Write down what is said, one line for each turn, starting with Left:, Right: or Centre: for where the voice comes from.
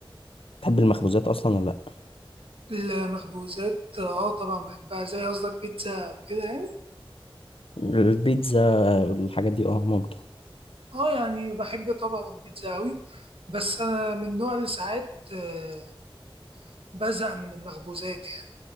Left: تحب المخبوزات أصلا ولا لأ
Right: المخبوزات اه آه، طبعا بحبها زي قصدك بيتزا وكده يعني
Left: البيتزا آه، الحاجات دي أه ممكن
Right: اه يعني بحب طبعا البيتزا قوي بس انا من النوع اللي ساعات آه، بزهق من المخبوزات يعني